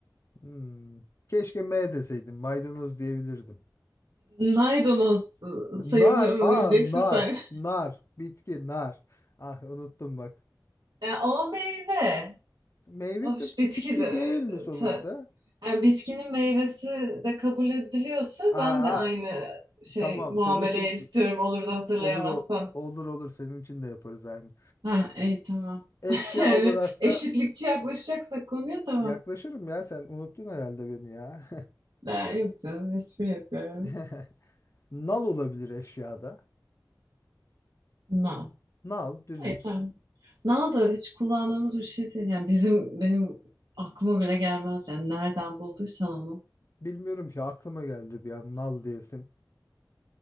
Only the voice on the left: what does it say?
Hmm. Keşke M deseydim. Maydanoz diyebilirdim.
Nar.
Aa,
nar.
Nar. Bitki nar. Ah unuttum bak.
Meyve
de
bitki
değil mi sonuçta?
Aa,
tamam.
Senin için
olur o. Olur olur senin için de yaparız aynı.
Eşya
olarak
da
yaklaşırım ya sen unuttun herhalde beni ya.
<laughs> Nal olabilir eşyada.
Nal dümdüz.
Bilmiyorum ki aklıma geldi bir an nal diyesim.